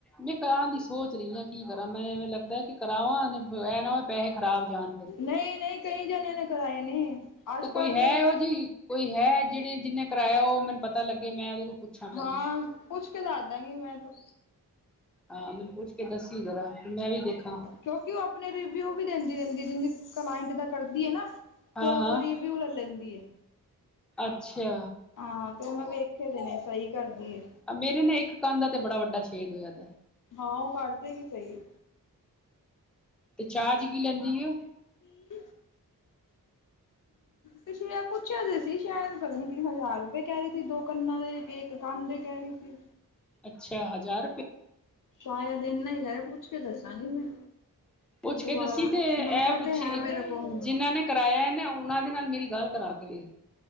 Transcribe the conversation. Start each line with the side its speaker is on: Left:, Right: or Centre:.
Centre: ਮੈਂ ਕਰਾਨ ਦੀ ਸੋਚ ਰਈ ਆਂ, ਕੀ ਕਰਾਂ ਮੈਂ ਏਵੇ ਲੱਗਦਾ ਕੇ ਕਰਾਵਾਂ ਏ ਏਨਾ ਹੋਵੇ ਪੈਸੇ ਖਰਾਬ ਜਾਨ।
Left: ਨਈ-ਨਈ, ਕਈ ਜਨੇਆਂ ਨੇ ਕਰਾਏ ਨੇ। ਅੱਜ
Centre: ਤੇ
Left: ਕੱਲ
Centre: ਕੋਈ ਹੈ ਓ ਜੀ, ਕੋਈ ਹੈ ਜੇੜੇ ਜਿੰਨੇ ਕਰਾਏਆ ਓ ਮੈਨੂੰ ਪਤਾ ਲੱਗੇ ਮੈਂ ਓਦੇ ਕੋਲ ਪੁੱਛਾਂ ਪਹਿਲੇ
Left: ਹਾਂ, ਪੁੱਛ ਕੇ ਦਸਦਾਂਗੀ ਮੈਂ ਤੋ।
Centre: ਹਾਂ, ਮੈਨੂੰ ਪੁੱਛ ਕੇ ਦੱਸੀ ਜ਼ਰਾ ਮੈਂ ਵੀ ਦੇਖਾਂ।
Left: ਕੇਓਕਿ ਓ ਆਪਨੇ ਰਿਵਿਊ ਵੀ ਦਿੰਦੀ ਰੈਂਦੀ ਏ ਜਿੰਦੀ, ਕਲਾਇੰਟ ਦਾ ਕਰਦੀ ਐ ਨਾ
Centre: ਹਾਂ
Left: ਤੇ ਓ
Centre: ਹਾਂ
Left: ਕੋਲ ਰਿਵੀ ਵਿਊ ਲੈ ਲੈਂਦੀ ਏ।
Centre: ਅੱਛਾ।
Left: ਹਾਂ, ਤੇ ਓਨੇ ਵੇਖੇ ਦੇ ਨੇ ਸਈ ਕਰਦੀ ਏ।
Centre: ਮੇਰੇ ਨਾ ਏਕ ਕੰਨ ਦਾ, ਤੇ ਬੜਾ ਵੱਡਾ ਛੇਦ ਹੋਏਆ ਦਾਏ
Left: ਹਾਂ ਓ ਕਾਰਦੇ ਵੀ ਸਈ।
Centre: ਤੇ ਚਾਰਜ ਕੀ ਲੈਂਦੀ ਏ ਓ?
Left: <unintelligible> ਪਿਛਲੀ ਵਾਰ ਪੁੱਛੇਆ ਸੀ ਅਸੀ ਸ਼ਾਏਦ ਪਤਾ ਨੀ ਹਜਾਰ ਰੁਪਏ ਕੈ ਰਈ ਸੀ ਦੋ ਕੰਨਾਂ ਦੇ ਇੱਕ ਕੰਨ ਦੇ ਕੈਰੀ ਸੀ।
Centre: ਅੱਛਾ, ਹਜਾਰ
Left: ਸ਼ਾਏਦ ਏਨਾ ਈ ਕੈਰੇ ਆ, ਪੁੱਛ ਕੇ ਦੱਸਾਂਗੀ ਮੈਂ।
Centre: ਪੁੱਛ
Left: ਦੁਬਾਰਾ
Centre: ਕੇ ਦੱਸੀ ਤੇ
Left: ਨੰਬਰ
Centre: ਐ ਪੁੱਛੀ,
Left: ਤੇ ਹੈ ਮੇਰੇ ਕੋਲ
Centre: ਜਿਨਾਂ ਨੇ ਕਰਾਏਆ ਨਾ, ਓਨਾਂ ਦੇ ਨਾਲ ਮੇਰੀ ਗਾਲ ਕਰਾ ਕੇ ਵੇਖ।